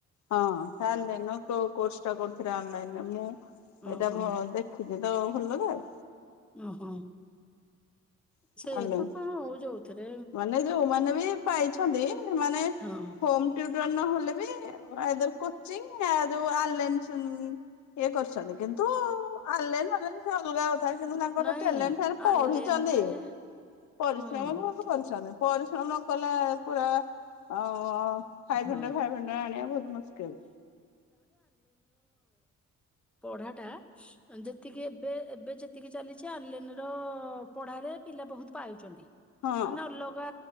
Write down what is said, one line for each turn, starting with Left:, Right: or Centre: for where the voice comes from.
Left: ହଁ। ଚେଷ୍ଟ କରୁଥିଲେ ଅନାଇନ ମୁଁ <unintelligible>
Centre: ଓହୋ
Left: ଏଇଟା ମୁଁ ଦେଖିଛିି। ଯେ ତ ଭଲ ତ <unintelligible>
Centre: ଓ ହୋ।
Left: ଆଲାଇନ୍।
Centre: ସେ ତ ହଁ ହଉ ଯଉଥିରେ।
Left: ମାନେ ଯୋଉମାନେ ବି ପାଇଛନ୍ତି ସେମାନେ
Centre: ହଁ
Left: ହମ ଲେ ବି କୋଚ ଯୋଉଲାଇ ଇଏ କରୁଛନ୍ତି କିନ୍ତୁ ଆଲାଇନ ସେ ଅଲଗା ଅ। କିନ୍ତୁ ତାଙ୍କର
Centre: ନାଇଁ
Left: ଟ୍ୟାଲେଣ୍ଟ ସେମାନେ
Centre: ଆଲେନରେ
Left: ପଢିଛନ୍ତି ପରିଶ୍ରମ
Centre: ହଁ
Left: ପରିଶ୍ରମ ନକଲେ ପୁରା ଆ ଫାଇଭ୍ ହଣ୍ଡ୍ରେଡ
Centre: ହଁ
Left: ଫାଇଭ ହଣ୍ଡ୍ରେଡ ଆଣିବା ବହୁତ ମୁସ୍କିଲ।
Centre: ପଢାଟା ଯେତିକି ଏବେ ଏବେ ଯେତିକି ଚାଲିଛି ଆଲିନ ର ପଢାରେ ପିଲା ବହୁତ ପାଉଛନ୍ତି।
Left: ହଁ।
Centre: ମାନେ ଅଲଗା